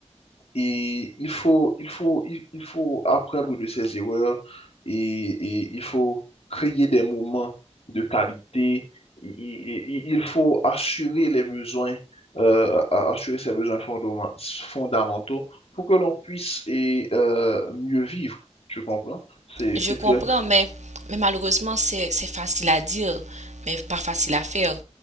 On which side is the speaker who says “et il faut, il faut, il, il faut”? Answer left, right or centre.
Left